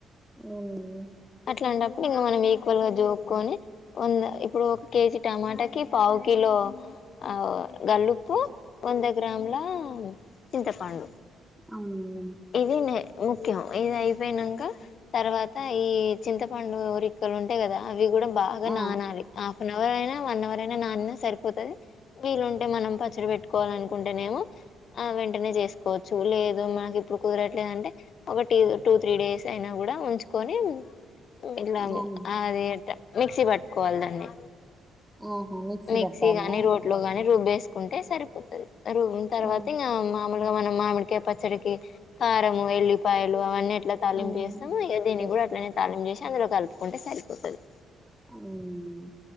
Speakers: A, in the centre; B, on the left (about 60°).
A: అవునండి
B: అట్లాంటప్పుడు ఇంక మనం ఈక్వల్ గా జో కొని వంద ఇప్పుడు ఒక కేజీ టమాటాకిి పావు కిలో ఆ గల్లుప్పు వంద గ్రాముల చింతపండు
A: అవును
B: ఇది నే ముఖ్యం ఇది అయిపోయినాంక తర్వాత ఈ చింతపండు ఒరిక్కలు ఉంటాయి కదా అవి కూడా బాగా
A: ఆ
B: నానాలి హాఫ్ అన్ అవర్ అయినా వన్ అవర్ అయినా నానినా సరిపోతది వీలుంటే మనం పచ్చడి పెట్టుకోవాల నుకుంటేనేమ ఆ వెంటనే చేసుకోవచ్చు లేదు మనకి ఇప్పుడు కుదరట్లేదంటే ఒక టూ త్రీ డేస్ అయినా కూడా ఉంచుకోని ఇట్ల
A: అవును
B: ఆ అది ఇట్ట మిక్సీ పట్టుకోవాలి దాన్ని
A: ఆహా
B: మిక్సీ
A: పట్టాలనా
B: గాని రోట్లో గాని రుబ్బేసుకుంటే సరిపోతది రుబ్బిన తరువాత
A: ఆ
B: ఇంకా మామూలుగా మనం మామిడికాయ పచ్చడికి కారము ఎల్లి పా యలు అవన్నీ ఎట్లా తాలింపుచేస్తామోఇక
A: అవును
B: దీన్ని
A: చేస్తా
B: కూడా అట్లానే తాలింపు చేసి అందులో కలుపుకుంటే సరిపోతుంది
A: మ్